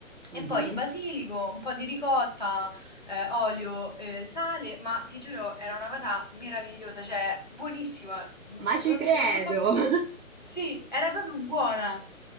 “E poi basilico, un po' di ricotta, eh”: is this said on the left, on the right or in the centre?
Left